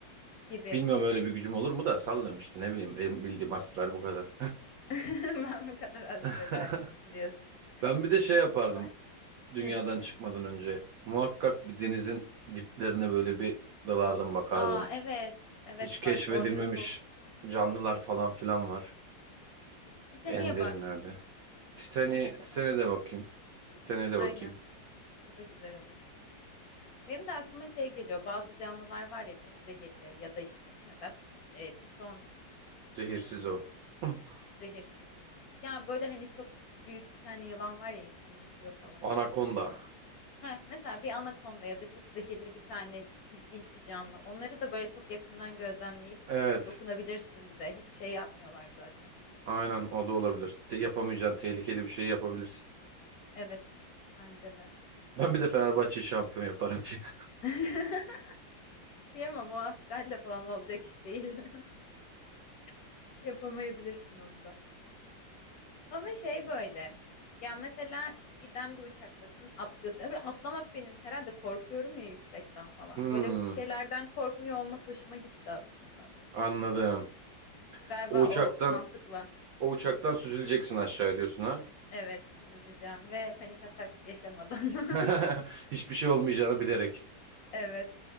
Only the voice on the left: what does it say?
gibi.
<laughs> Ben bu kadar astral
hakimim diyorsun.
Güzel.
Hı.
Aa evet. Evet
bak orada çok.
Titanic'e
bak.
Titanic'e de
bak.
Aynen.
O da güzel olur. Benim de aklıma şey geliyor. Bazı canlılar var ya çok zehirli ya da işte mesela e, piton piton
muydu?
Zehirsiz. Ya böyle hani çok büyük bir tane yılan var ya insanı yutuyor falan.
Çok büyük. Heh, mesela bir anakonda ya da çok zehirli bir tane ilginç bir canlı. Onları da böyle çok yakından gözlemleyip
dokunabilirsin de hiçbir şey yapmıyorlar zaten sana.
Evet, bence de.
<laughs> Kıyamam o astralle falan olacak iş değil. <laughs> Yapamayabilirsin onu da. Ama şey böyle. Ya mesela giden bir uçaktasın atlıyorsun. Abi atlamak benim herhalde korkuyorum ya yüksekten falan.
Böyle bir şeylerden korkmuyor olmak hoşuma gitti aslında.
Galiba
o mantıkla.
Evet süzüleceğim ve panik atak yaşamadan. <laughs>
Evet.